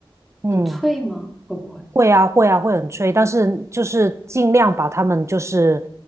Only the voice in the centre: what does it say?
很脆吗？会不会？